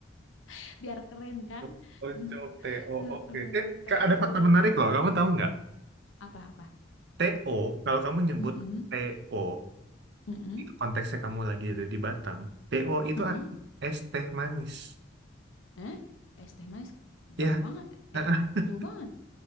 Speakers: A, on the left; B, on the right.
A: <laughs> biar keren kan?
B: <laughs> Oncom, TO,
A: <laughs>
B: oke.
A: Heeh,
B: Eh,
A: T-O
B: ka- ada fakta menarik loh. Kamu tahu nggak?
A: apa-apa?
B: TO, kalau kamu nyebut
A: Mm-mm,
B: TO,
A: mm-mm,
B: konteksnya kamu lagi ada di Batam, TO itu
A: mm-mm.
B: artinya es teh manis.
A: Eh, es teh manis
B: Ya,
A: jauh banget.
B: <laughs>
A: Eh, jauh banget.